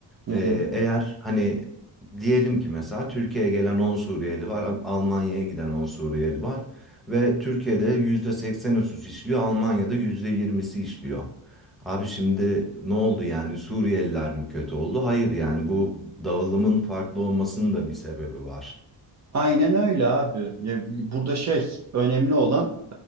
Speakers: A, on the right; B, in the centre.
A: Hı
B: Eee,
A: hı.
B: eğer hani diyelim ki mesela Türkiye'ye gelen 10 Suriyeli var, Al- Almanya'ya giden 10 Suriyeli var ve Türkiye'de %80'i suç işliyor, Almanya'da %20'si işliyor. Abi şimdi ne oldu yani Suriyeliler mi kötü oldu? Hayır yani bu dağılımın farklı olmasının da bir sebebi var.
A: Aynen öyle abi. Ya, burada şey önemli olan